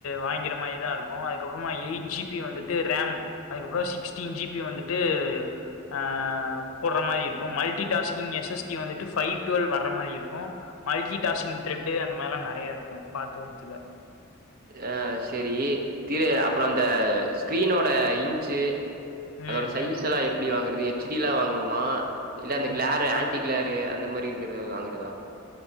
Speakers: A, on the left; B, on the right.
A: வாங்கிற மாரி தா இருக்கு அதுக்கப்புறமா எயிட் ஜிபி வந்துட் ட்டு ரேம் அதுக்கப்புற சிக்ஸ்டீன் ஜிபி வந்துட்டு ஆ போட்ற மாரி இருக்கு மல்டி டாஸ்கிங் எஸ்எஸ்டி வந்துட்டு ஃபைவ் டுவெல் வர்ற மாரி இருக்கு மல்டி டாஸ்கிங் த்ரெட் அந்த மாறிலா நெறைய இருக்கு பாத்து வத்துக்க
B: ஆ சரி திரு அப்புற அந்த ஸ்கிரீனோட இன்ச்சு அதோட
A: ம்,
B: சைஸ்
A: ம்,
B: எல்லா எப்படி வாங்குறது எச்டிலா வாங்கணுமா இல்ல அந்த கிளரு
A: ம்.
B: ஆன் வட்டிக்ளரு அந்த மாரி இருக்கிறது வாங்கறதா